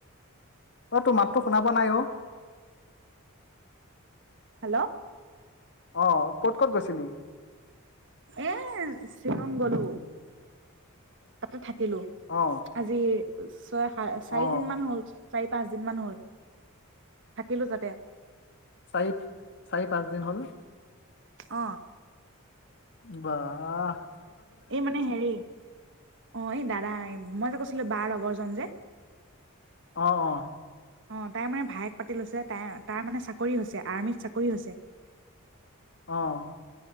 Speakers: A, on the left; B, on the right.
A: মই তোৰ মাতটো শুনা পোৱা নাই অ'।
B: হেল্ল'!
A: অ', ক'ত ক'ত গৈছিলি?
B: এ, শ্বিলং গ'লো, তাতে থাকিলো,
A: অ
B: <unintelligible> <unintelligible> চাৰিদিন
A: অ
B: মান হ'ল। চাৰি-পাঁচ দিন মান হ'ল, থাকিলো তাতে।
A: চাৰি, চাৰি-পাঁচ দিন হ'ল।
B: অ'।
A: বাহ'।
B: এই মানে হেৰি অ', এই দাদা, এই মই যে কৈছিলো বা লগৰজন যে
A: অ', অ'।
B: অ', তাই মানে ভায়েক পাতি লৈছে, তাই তাৰ মানে চাকৰি হৈছে, আৰ্মিত চাকৰি হৈছে।
A: অ'।